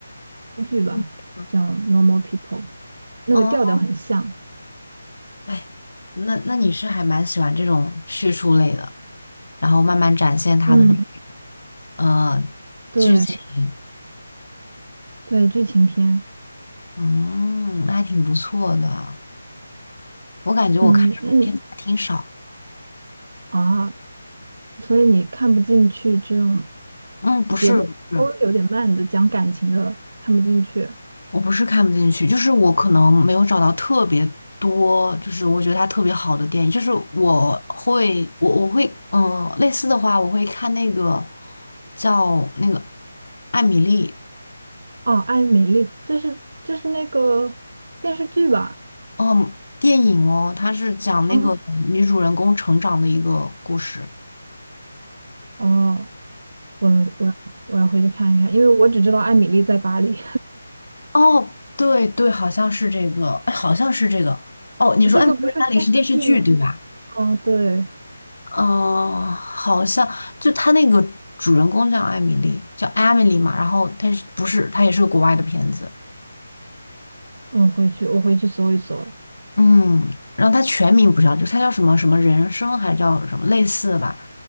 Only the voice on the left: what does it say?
嗯
啊哦，哎，那那你是还蛮喜欢这种叙述类的，然后慢慢展现它的那种
呃剧情，
嗯，那还挺不错的。我感觉我看这种片子还挺少。
嗯，不是不是，
我不是看不进去，就是我可能没有找到特别多，就是我觉得它特别好的电影。就是我会，我我会，嗯，类似的话，我会看那个叫那个艾米丽，
嗯，电影哦，它是讲那个女主人公成长的一个故事。
哦，对对，好像是这个，哎，好像是这个。哦，你说《艾米丽在巴黎》是电视剧对吧？
哦，好像就他那个主人公叫艾米丽，叫艾米丽嘛，然后他是不是他也是个国外的片子，
嗯，然后他全名不叫这个，他叫什么什么人生还叫什么类似的吧？